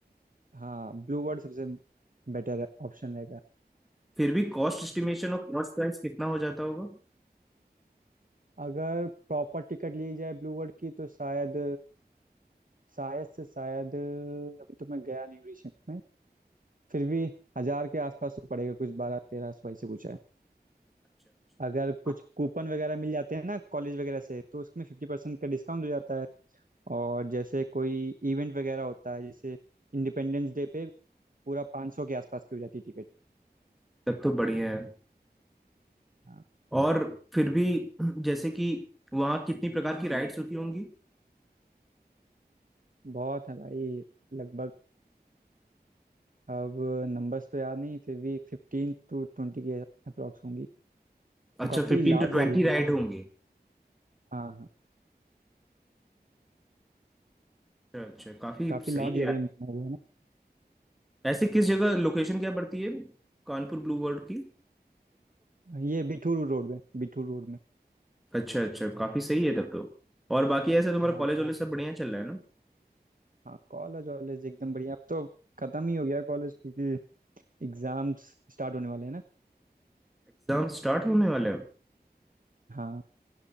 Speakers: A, on the right; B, in the centre.
A: हाँ ब्लू वर्ल्ड सबसे बेटर ऑप्शन रहेगा
B: फिर भी कॉस्ट एस्टिमेशन और कॉस्ट प्राइस कितना हो जाता होगा
A: अगर प्रॉपर टिकट ली जाए ब्लू वर्ल्ड की तो शायद शायद से शायद अभी तो मैं गया नहीं रिसेंट में फिर भी हजार के आसपास तो पड़ेगा कुछ बारह तेरह सौ ऐसे कुछ है
B: अच्छा अच्छा
A: अगर
B: तो
A: कुछ कूपन वगैरह मिल जाते हैं ना कॉलेज वगैरह से तो उसमें फिफ्टी परसेंट का डिस्काउंट हो जाता है और जैसे कोई इवेंट वगैरह होता है जैसे इंडिपेंडेंस डे पे पूरा 500 के आसपास की हो जाती है टिकट
B: तब तो बढ़िया है
A: हाँ
B: और फिर भी जैसे कि वहाँ कितनी प्रकार की राइड्स होती होंगी
A: बहुत है भाई लगभग अब नंबर्स तो याद नहीं फिर भी फिफ्टीन टू ट्वेंटी के अप्रॉक्स होंगी
B: अच्छा
A: काफ़ी
B: फिफ्टीन
A: लार्ज
B: टू
A: एरिया
B: ट्वेंटी
A: में,
B: राइड होंगी
A: हाँ हाँ
B: अच्छा अच्छा काफी
A: काफ़ी लार्ज
B: सही है
A: एरिया
B: यार
A: में बना हुआ है
B: ऐसे किस जगह लोकेशन क्या पड़ती है कानपुर ब्लू वर्ल्ड की
A: ना ये बिठूर रोड में बिठूर रोड में
B: अच्छा अच्छा काफी सही है तब तो और बाकी ऐसे तुम्हारा
A: हाँ
B: कॉलेज वॉलेज सब बढ़िया चल रहा है ना
A: हाँ कॉलेज वॉलेज एकदम बढ़िया अब तो ख़त्म ही हो गया कॉलेज क्योंकि एग्ज़ाम्स स्टार्ट होने वाले हैं ना
B: एग्जाम स्टार्ट होने वाले हैं
A: हाँ